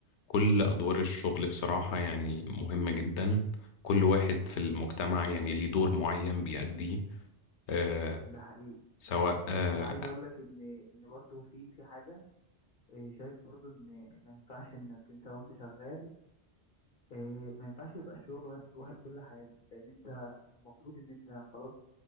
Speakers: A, on the left (about 80°); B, on the left (about 55°).
A: كل أدوار الشغل بصراحة يعني مهمة جدا كل واحد في
B: امم
A: المجتمع يعني ليه دور معين بيأديه آه
B: ده حقيقي
A: سواء
B: ده حقيقي
A: آه
B: وعايز اقول لك ان ان برضو في في حاجة إيه، شايف برضو ان ما ينفعش انك انت وانت شغال إيه، ما ينفعش يبقى الشغل واخد واخد كل حياتك لان انت المفروض ان انت خلاص